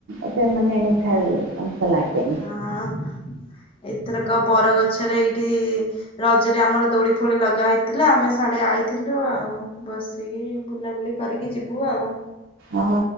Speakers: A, on the right; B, on the left.
A: ଏତେ ମାନେ ମିଠା ଅଂଶ ଲାଗେନି।
B: ହଁ ଏଥରକ ବରଗଛରେ ଏଇଠି ରଜରେ ଆମର ଦୋଳି ଫୋଳି ଲଗା ହେଇଥିଲା, ଆମେ ସାଡେ ଆଇଥିଲୁ ଆଉ। ବସିକି ବୁଲାବୁଲି କରିକି ଯିବୁ ଆଉ।
A: ଅହ